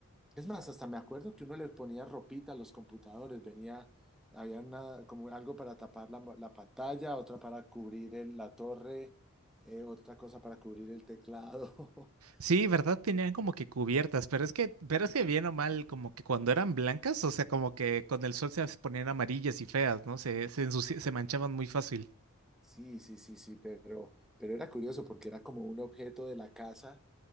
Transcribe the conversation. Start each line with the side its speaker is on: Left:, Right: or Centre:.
Centre: Es más, hasta me acuerdo que uno le ponía ropita a los computadores, venía, había una, como algo para tapar la, la pantalla, otra para cubrir el- la torre, eh, otra cosa para cubrir el teclado. <laughs>
Right: Sí, ¿verdad? Tenían como que cubiertas, pero es que, pero es que bien o mal, como que cuando eran blancas, o sea, como que con el sol se ponían amarillas y feas, ¿no? Se, se, ensuci- se manchaban muy fácil.
Centre: Sí, sí, sí, sí, pero, pero era curioso porque era como un objeto de la casa,